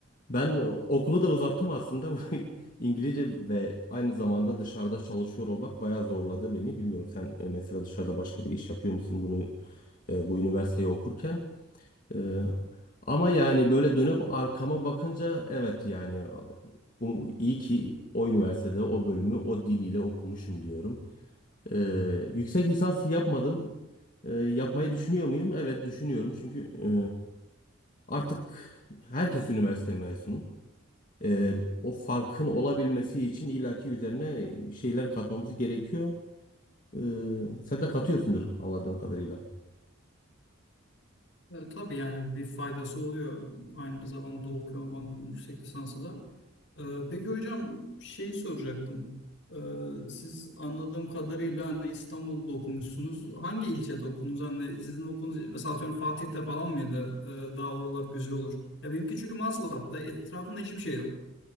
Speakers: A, on the left (about 40°); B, on the left (about 65°).
A: ben okulu da uzattım aslında. <laughs> Bu İngilizce ve aynı zamanda dışarıda çalışıyor olmak bayağı zorladı beni. Bilmiyorum sen e, mesela dışarıda başka bir iş yapıyor musun bunu e, bu üniversiteyi okurken? Ee, ama yani böyle dönüp arkama bakınca evet yani o- iyi ki o üniversitede o bölümü o diliyle okumuşum diyorum. Ee, yüksek lisans yapmadım. Ee, yapmayı düşünüyor muyum? Evet düşünüyorum çünkü e, artık herkes üniversite mezunu. Ee, o farkın olabilmesi için illaki üzerine bir şeyler katmamız gerekiyor. Ee, sen de katıyorsundur anladığım kadarıyla.
B: E, tabii yani bir faydası oluyor. Aynı zamanda okuyor olmanın yüksek lisansı da. Ee, Peki hocam şeyi soracaktım. Ee, Siz anladığım kadarıyla hani İstanbul'da okumuşsunuz. Hangi ilçede okudunuz? Hani sizin okulunuz mesela atıyorum Fatih'te falan mıydı? Ee, Daha oralar güzel olur. Ya benimki çünkü Maslak'ta etrafında hiçbir şey yok.